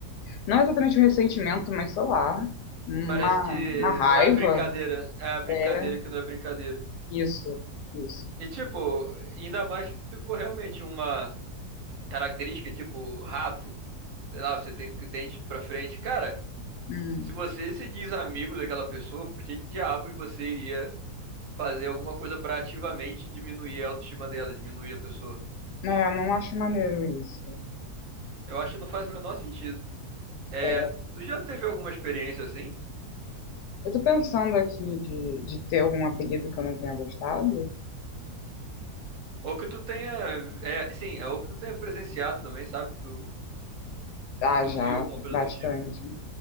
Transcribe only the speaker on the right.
Parece que
não é brincadeira. É a brincadeira
que não é brincadeira.
E, tipo, ainda mais se for realmente uma característica, tipo, rato. Sei lá, você tem dente pra frente. Cara,
se você se diz amigo daquela pessoa, por que diabos você iria fazer alguma coisa para ativamente diminuir a autoestima dela, diminuir a pessoa.
Eu acho que não faz o menor sentido. É,
tu já teve alguma experiência assim?
Ou que tu tenha, é, sim, é ou que tu tenha presenciado também, sabe? Que tu,
tu
viu alguma coisa
do tipo.